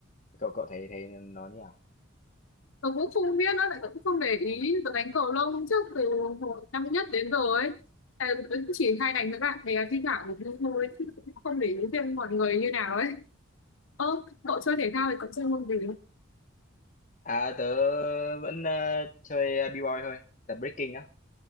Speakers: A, on the left; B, on the left.
A: Cậu cậu thấy thấy nó như nào?
B: Tớ cũng không biết nữa, tại tớ cũng không để ý tớ đánh cầu lông trước từ hồi năm nhất đến giờ ấy. Tại tớ cũng chỉ hay đánh với bạn bè thi thoảng một lúc thôi, chứ cũng không để ý thêm mọi người như nào ấy. Ơ, cậu chơi thể thao thì cậu chơi môn gì?
A: À, tớ vẫn, ơ, chơi, a, B-boy thôi, tập breaking á,